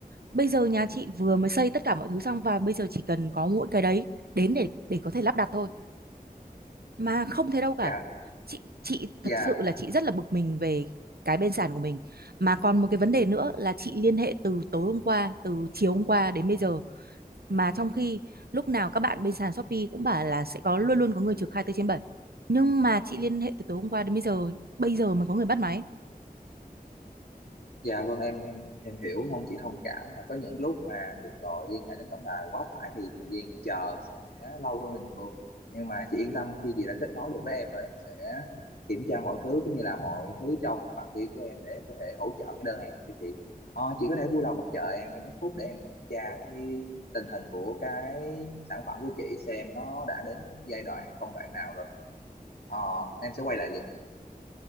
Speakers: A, on the right; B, on the left.
A: Bây giờ nhà chị vừa mới xây tất cả mọi thứ xong và bây giờ chỉ cần có mỗi cái đấy đến để để có thể lắp đặt thôi, mà không thế đâu cả.
B: Dạ,
A: Chị chị thật
B: dạ
A: sự là chị rất là bực mình về cái bên sàn của mình. Mà còn một cái vấn đề nữa là chị liên hệ từ tối hôm qua, từ chiều hôm qua đến bây giờ mà trong khi lúc nào các bạn bên sàn Shopee cũng bảo là sẽ có luôn luôn có người trực hai mươi bốn trên bảy nhưng mà chị liên hệ từ tối hôm qua đến bây giờ bây giờ mới có người bắt máy
B: Dạ vâng em em em hiểu mong chị thông cảm là có những lúc mà cuộc gọi liên hệ đến tổng đài quá tải thì thời gian chờ sẽ lâu hơn bình thường nhưng mà chị yên tâm khi chị đã kết nối được với em rồi em sẽ kiểm tra mọi thứ cũng như là mọi thứ trong phạm vi của em để em có thể hỗ trợ cái đơn hàng của chị ờ, chị có thể vui lòng chờ em trong ít phút để em kiểm tra cái tình hình của cái sản phẩm của chị xem nó đã đến giai đoạn công đoạn nào rồi ờ, em sẽ quay lại liền